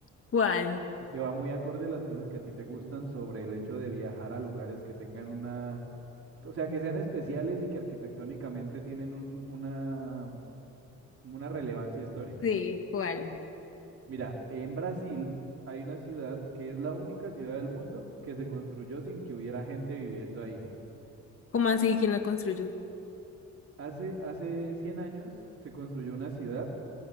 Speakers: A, on the left; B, on the right.
A: ¿cuál?
B: Y que va muy acorde a las cosas que a ti te gustan sobre el hecho de viajar a lugares que tengan una, o sea, que sean especiales y que arquitectónicamente tienen un- una, como una relevancia histórica.
A: Sí, ¿cuál?
B: Mira, en Brasil hay una ciudad que es la única ciudad del mundo que se construyó sin que hubiera gente viviendo ahí.
A: ¿Cómo así? ¿Quién la construyó?
B: Hace, hace 100 años se construyó una ciudad